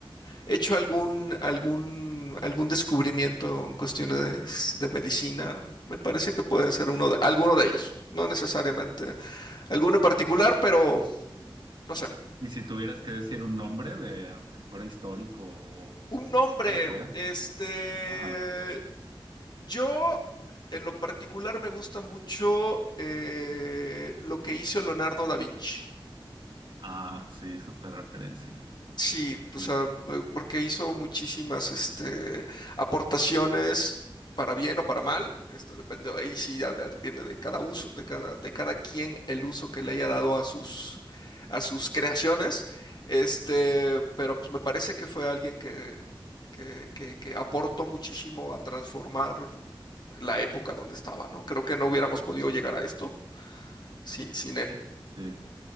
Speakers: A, on the left (about 50°); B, on the right (about 60°).
A: hecho algún, algún, algún descubrimiento en cuestiones de medicina, me parece que puede ser uno de, alguno de ellos, no necesariamente alguno en particular, pero no sé.
B: Y si tuvieras que decir un nombre de, aunque fuera histórico o
A: Un nombre,
B: quien fuera.
A: este,
B: Ajá.
A: yo en lo particular me gusta mucho eh, lo que hizo Leonardo da Vinci.
B: Ah, sí, súper referencia.
A: Sí,
B: Sí,
A: o sea, eh, porque hizo muchísimas este, aportaciones para bien o para mal, este, depende, ahí sí ya depende de cada uso, de cada, de cada quien el uso que le haya dado a sus, a sus creaciones, este, pero pues me parece que fue alguien que, que, que, que aportó muchísimo a transformar la época donde estaba, ¿no? Creo que no hubiéramos podido llegar a esto si- sin él.
B: sí.